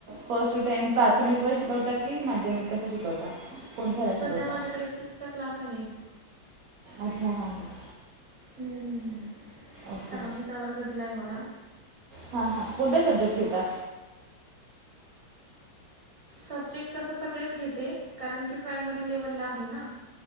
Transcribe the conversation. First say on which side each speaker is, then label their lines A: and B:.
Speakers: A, on the right; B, on the right.
A: फर्स्ट टेनथ प्राथमिक वाईज शिकवता की माध्यमिक कं शिकवता? कोणत्या ह्याला
B: सध्या
A: शिकवता
B: माझ्याकडे सिक्सचा क्लास आहे.
A: अच्छा हां ह.
B: हम्म हम् हम्
A: ओके
B: साहवीचा वर्ग दिलाय मला
A: हा हा कोणत्या सबजेक्ट घेता?
B: सब्जेक्ट तसं सगळेच घेते कारण की प्रायमरी लेवलला आहे ना.